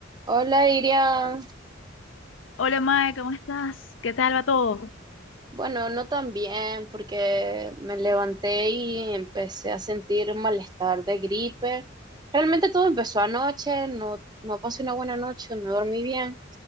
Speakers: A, on the right (about 20°); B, on the left (about 70°).
A: Hola, Iria.
B: Hola Mae, ¿cómo estás? ¿Qué tal va todo?
A: Bueno, no tan bien porque me levanté y empecé a sentir malestar de gripe. Realmente todo empezó anoche, no, no pasé una buena noche, no dormí bien